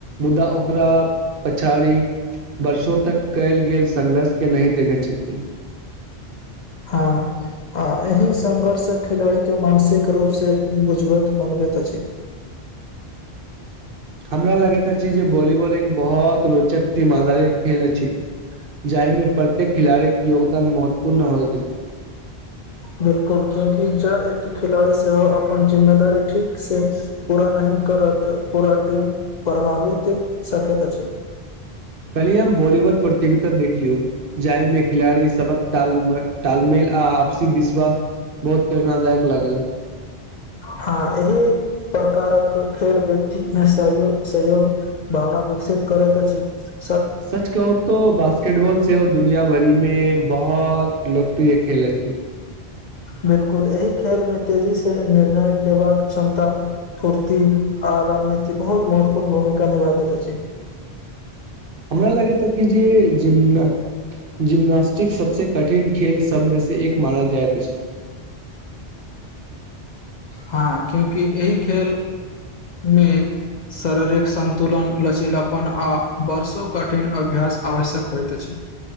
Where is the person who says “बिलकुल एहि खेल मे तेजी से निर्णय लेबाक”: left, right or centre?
Left